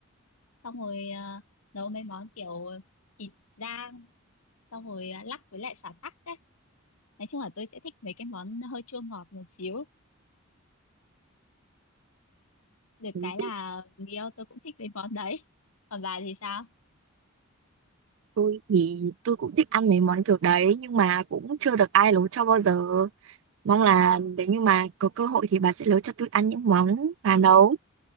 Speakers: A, on the left (about 80°); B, on the right (about 60°).
A: xong rồi ờ, nấu mấy món kiểu thịt rang xong rồi ờ, lắc với lại sả tắc ấy nói chung là tôi sẽ thích mấy cái món hơi chua ngọt một xíu được
B: Ừ,
A: cái là người yêu tôi cũng thích mấy món đấy còn bà thì sao
B: Tôi thì tôi cũng thích ăn mấy món kiểu đấy nhưng mà cũng chưa được ai nấu cho bao giờ. Mong là nếu như mà có cơ hội thì bà sẽ nấu cho tôi ăn những món bà nấu.